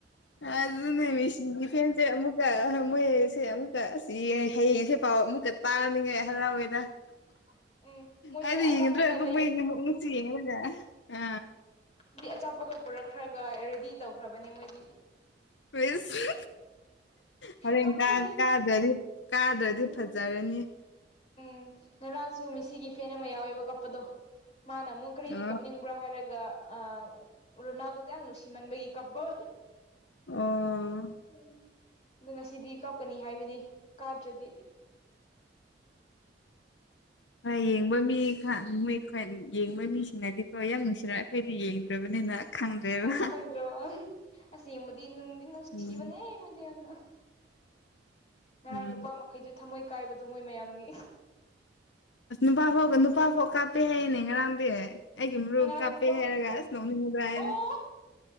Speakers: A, on the left; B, on the left.
A: ꯑ ꯑꯗꯨꯅ ꯃꯦꯁꯤꯒꯤ ꯐꯦꯟ ꯁꯦ ꯑꯃꯨꯛꯀ ꯃꯣꯏꯁꯦ ꯑꯃꯨꯛꯀ ꯑꯁ ꯌꯦꯡ ꯍꯌꯦꯡꯁꯦ ꯄꯥꯎ ꯑꯃꯨꯛꯀ ꯇꯥꯅꯤꯡꯉꯥꯏ ꯍꯔꯥꯎꯋꯦꯗ
B: ꯎꯝ ꯃꯣꯏꯁꯦ
A: ꯑꯩꯗꯤ
B: ꯑꯆꯥꯄꯣꯠꯀ
A: ꯌꯦꯡꯒꯗ꯭ꯔꯕꯨ
B: ꯂꯩ
A: ꯃꯣꯏꯒꯤ ꯃꯨꯛꯅꯨꯛꯁꯤ ꯌꯦꯡꯉꯒ ꯑ
B: ꯃꯤꯗꯤ ꯑꯆꯥꯄꯣꯠꯀ ꯄꯨꯔꯛꯈ꯭ꯔꯒ ꯔꯦꯗꯤ ꯇꯧꯈ꯭ꯔꯕꯅꯦ ꯃꯣꯏꯗꯤ
A: ꯐꯤꯁ ꯍꯣꯔꯦꯟ
B: ꯀꯞꯄꯒꯤ
A: ꯀꯥ ꯀꯥꯗ꯭ꯔꯗꯤ ꯀꯥꯗ꯭ꯔꯗꯤ
B: ꯎꯝ
A: ꯐꯖꯔꯅꯤ
B: ꯎꯝ ꯉꯔꯥꯡꯁꯨ ꯃꯦꯁꯤꯒꯤ ꯐꯦꯟ ꯑꯃ ꯌꯥꯎꯋꯦꯕ ꯀꯞꯄꯗꯣ ꯃꯥꯅ ꯑꯃꯨꯛ ꯀꯔꯤꯒꯤ
A: ꯑ
B: ꯀꯞꯅꯤꯡꯕ꯭ꯔꯥ ꯍꯥꯏꯔꯒ ꯑꯥ ꯔꯣꯅꯥꯜꯗꯣꯗ ꯌꯥꯝ ꯅꯨꯡꯁꯤꯃꯟꯕꯒꯤ ꯀꯞꯄ
A: ꯑꯣ
B: ꯎꯝ ꯑꯗꯣ ꯉꯁꯤꯗꯤ ꯀꯞꯀꯅꯤ ꯍꯥꯏꯕꯅꯤ ꯀꯥꯗ꯭ꯔꯗꯤ
A: ꯍꯣꯏ ꯌꯦꯡꯕ ꯃꯤꯈꯥꯟ ꯃꯣꯏ ꯌꯦꯡꯕ ꯃꯤꯁꯤꯡꯅꯗꯤꯀꯣ ꯌꯥꯝ ꯅꯨꯡꯁꯤꯔ ꯑꯩꯈꯣꯏꯗꯤ ꯌꯦꯡꯗ꯭ꯔꯕꯅꯤꯅ ꯈꯪꯗ꯭ꯔꯦꯕ
B: ꯑꯣ ꯈꯪꯗ꯭ꯔꯕ ꯑꯁ ꯌꯦꯡꯕꯗꯤ ꯅꯨꯡꯗꯤ ꯅꯨꯡꯁꯤꯕꯅꯦ
A: ꯎꯝ
B: ꯃꯣꯏꯗꯤ ꯌꯥꯝꯅ ꯉꯔꯥꯡ
A: ꯎꯝ
B: ꯅꯨꯄꯥ ꯃꯈꯩꯗꯨ ꯊꯝꯃꯣꯏ ꯀꯥꯏꯕꯗꯣ ꯃꯣꯏ ꯃꯌꯥꯝꯒꯤ
A: ꯑꯁ ꯅꯨꯄꯥꯐꯥꯎꯒ ꯅꯨꯄꯥꯐꯥꯎ ꯀꯥꯞꯄꯦ ꯍꯥꯏꯌꯦꯅꯦ ꯉꯔꯥꯡꯗꯤ ꯑꯩꯒꯤ ꯃꯔꯨꯞ
B: ꯉꯔꯥꯡꯒꯤ
A: ꯀꯥꯞꯄꯦ
B: ꯅꯨꯄꯥ
A: ꯍꯥꯏꯔꯒ ꯑꯁ ꯅꯣꯛꯅꯤꯡꯕꯗꯨ ꯑꯩꯅ
B: ꯑꯣ